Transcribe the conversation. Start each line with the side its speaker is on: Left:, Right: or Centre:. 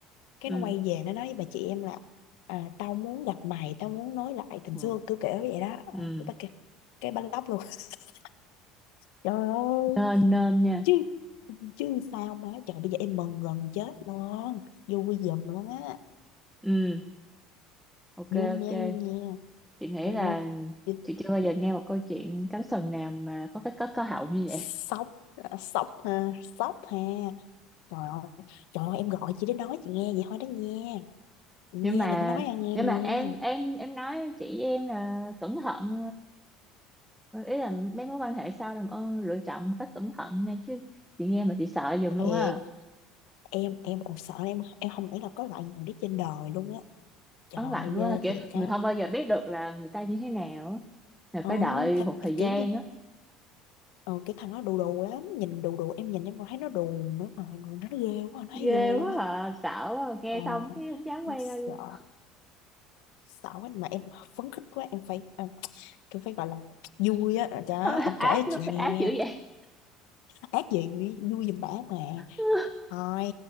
Left: cái
Centre: ừ
Left: nó quay về nó nói với bà chị em là à, tao muốn gặp mày tao muốn nói lại tình
Centre: ừ
Left: xưa cứ kiểu vậy đó Ờ,
Centre: ừ
Left: cái bà kia cái bà lóc luôn <laughs> trời ơi
Centre: nên nên nha
Left: chứ chứ sao má trời bây giờ em mừng gần chết luôn vui giùm luôn á
Centre: ừ ok
Left: vui
Centre: ok
Left: nha vui nha
Centre: chị nghĩ
Left: ôi
Centre: là
Left: chị-
Centre: chị chưa bao giờ nghe một câu chuyện cánh sừng nào mà có cái kết có hậu như
Left: sốc
Centre: vậy
Left: sốc ha sốc ha Trời ơi, trời ơi, em gọi chị để nói chị nghe vậy thôi đó nha. Chị nha,
Centre: nhưng mà
Left: đừng có nói ai nghe
Centre: nhưng
Left: nha.
Centre: mà em em em nói chị em là cẩn thận ờ, ý là mấy mối quan hệ sau làm ơn lựa chọn một cách cẩn thận nha chứ chị nghe mà chị sợ giùm luôn
Left: Thiệt,
Centre: á
Left: em em còn sợ em em không nghĩ là có loại người đó trên đời luôn á. Trời
Centre: ấn
Left: ơi,
Centre: lạnh
Left: ghê
Centre: quá kiểu
Left: thiệt á.
Centre: mình không bao giờ biết được là người ta như thế nào á Là
Left: Ừ,
Centre: phải đợi
Left: th
Centre: một thời gian
Left: kiểu như
Centre: á
Left: ừ, cái thằng đó đù đù lắm, nhìn đù đù em nhìn em còn thấy nó đù nữa mà nó ghê quá, nó thấy
Centre: ghê
Left: ghê luôn
Centre: quá
Left: á.
Centre: à sợ quá à. nghe
Left: Ờ,
Centre: xong cái không dám
Left: em
Centre: quay
Left: sợ
Centre: ra luôn
Left: sợ quá mà em phấn khích quá em phải em, em phải gọi là vui á
Centre: <laughs>
Left: đó em
Centre: ác
Left: kể cho
Centre: lắm
Left: chị nghe
Centre: ác dữ vậy
Left: ác gì vui giùm bả mà
Centre: <laughs>
Left: thôi